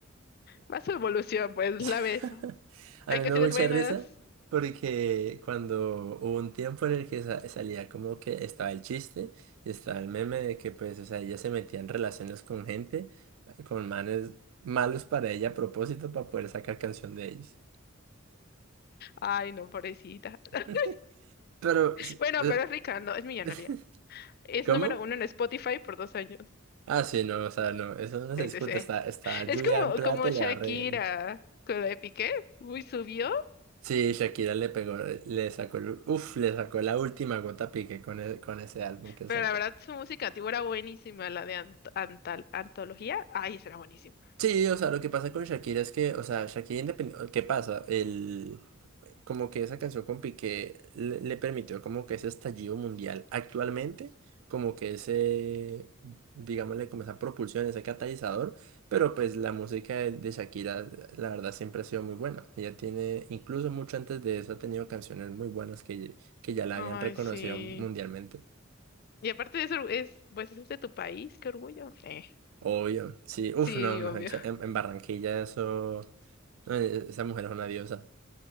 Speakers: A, on the left (about 50°); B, on the right (about 80°).
A: más su evolución, pues
B: <laughs>
A: la ves.
B: A
A: Hay
B: mí
A: canciones
B: me da mucha
A: buenas,
B: risa porque cuando hubo un tiempo en el que sa- salía como que estaba el chiste y estaba el meme de que pues, o sea, ella se metía en relaciones con gente, eh, con manes malos para ella a propósito para poder sacar canción de ellos.
A: Ay, no, pobrecita. <laughs>
B: <laughs> Pero, s-
A: Bueno,
B: eh,
A: pero es rica, no, es millonaria.
B: <laughs>
A: Es
B: ¿cómo?
A: número uno en Spotify por dos años.
B: Ah, sí, no, o sea, no, eso no se
A: Sí,
B: discute,
A: sí, sí.
B: está, está
A: <laughs> Es
B: lluvia
A: como,
B: en plata
A: como
B: y
A: Shakira
B: le va a reír.
A: con la de Piqué. Uy, subió.
B: Sí, Shakira le pegó, le sacó, el- uf, le sacó la última gota a Piqué con, e- con ese álbum que
A: Pero
B: sacó.
A: la verdad, su música antigua era buenísima, la de ant- antal- antología. Ay, esa era buenísima.
B: Sí, o sea, lo que pasa con Shakira es que, o sea, Shakira independiente, ¿qué pasa? El, como que esa canción con Piqué le, le permitió como que ese estallido mundial actualmente, como que ese, digámosle, como esa propulsión, ese catalizador, pero pues la música de, de Shakira, la verdad, siempre ha sido muy buena. Ella tiene, incluso mucho antes de eso, ha tenido canciones muy buenas que, que ya la
A: Ay,
B: habían reconocido
A: sí.
B: mundialmente.
A: Y aparte de eso, es, pues eso es de tu país, qué orgullo. Eh,
B: Obvio, sí, uff,
A: sí,
B: no, mejor
A: obvio.
B: dicho,
A: <laughs>
B: en, en Barranquilla eso, no, e- esa mujer es una diosa.